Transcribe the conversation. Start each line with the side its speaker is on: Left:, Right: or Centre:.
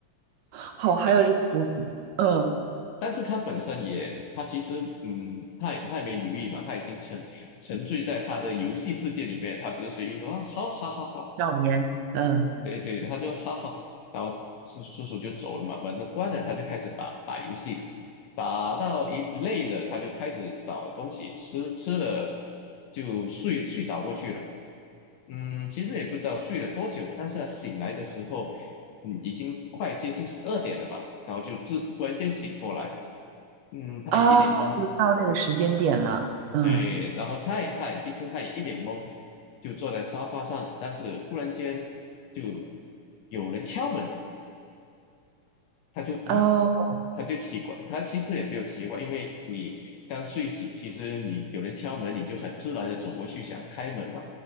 Right: 好，还有这个伏笔，
Left: 的。
Right: 嗯，
Left: 但是他本身也，他其实，嗯，他也他也没留意嘛，他已经沉沉醉在他的游戏世界里面，他只是随意一个啊，好好好好，
Right: 少年，嗯
Left: 对对，他就好好，然后叔叔叔就走了嘛，门都关了，他就开始打打游戏，打到一累了，他就开始找东西吃，吃了就睡睡着过去了。嗯，其实也不知道睡了多久，但是他醒来的时候，嗯，已经快接近十二点了吧，然后就自突然间醒过来，嗯，他也一脸懵，
Right: 啊，就到那个时间点了，嗯
Left: 对，然后他也他也其实他也一脸懵，就坐在沙发上，但是忽然间就有人敲门，他就嗯，
Right: 哦，
Left: 他就奇怪，他其实也没有奇怪，因为你刚睡醒，其实你有人敲门，你就很自然的走过去想开门嘛，